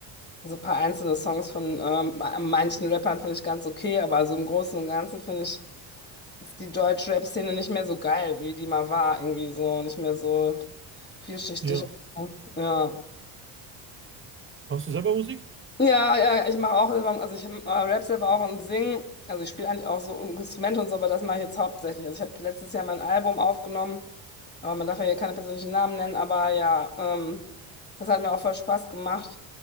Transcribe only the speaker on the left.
Also ein paar einzelne Songs von ähm, ma- manchen Rappern finde ich ganz okay, aber so im Großen und Ganzen finde ich, ist die Deutsch-Rap-Szene nicht mehr so geil, wie die mal war. Irgendwie so, nicht mehr so vielschichtig.
Ja.
Ja, ja, ich mache auch selber, also ich äh, rap selber auch und sing. Also ich spiele eigentlich auch so Instrumente und so, aber das mache ich jetzt hauptsächlich. Also ich habe letztes Jahr mein Album aufgenommen, aber man darf ja hier keine persönlichen Namen nennen, aber ja, ähm, das hat mir auch voll Spaß gemacht